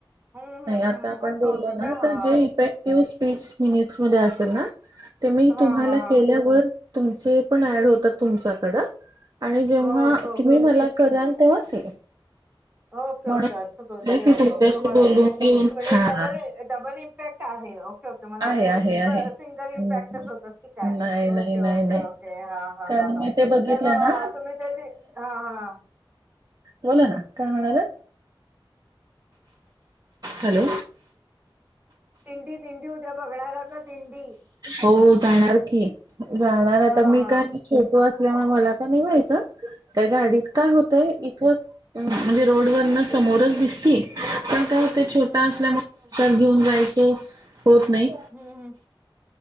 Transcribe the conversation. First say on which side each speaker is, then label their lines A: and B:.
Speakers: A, on the right (about 20°); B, on the right (about 45°).
A: हम्म हम्म
B: नाही आता
A: हम्म
B: आपण
A: असं
B: बोललो
A: होतं
B: ना
A: का
B: तर
A: हा
B: जे इपेक तीव स्पीच मिनिटस मध्ये असेल ना ते मी
A: हा
B: तुम्हाला
A: हा हा
B: केल्यावर तुमचे पण ऍड होतं तुमच्याकडं? आणि जेव्हा
A: हो ओके ओके
B: तुम्ही मला कराल तेव्हा ते.
A: ओके
B: म्हणून
A: ओके असं दोन्ही
B: म्हटलं
A: होतं
B: की तुमच्याशी
A: क मला
B: बोलून घेऊन हा
A: डबल ए डबल इ येत आहे ओके ओ तुम्हाला
B: आहे,
A: वाटलं
B: आहे,
A: सिम्प
B: आहे.
A: सिंगल इम्पॅक्टच
B: हम्म.
A: होतात कि काय
B: नाही, नाही,
A: ओके
B: नाही,
A: ओके
B: नाही.
A: ओ ते हा हा
B: कारण
A: हा हा
B: मी ते बघितलं
A: तर म
B: ना
A: अ तुम्ही त्याची हा हा
B: हो ना काय म्हणालात हॅलो.
A: दिंडी दिंडी उद्या बघणार आहेत ना दिंडी.
B: हो जाणार की जाणार आता
A: हां
B: मी
A: हां
B: काय <unintelligible> तो असल्यामुळे मला का नाय व्हायचं त्या गाडीत काय होतय इथचं उम्म म्हणजे रोडवरनं समोरच दिसती पण काय होते छोटा
A: हं,
B: असल्यामुळं तर घेऊन जायचं होत नाही.
A: हम्म हम्म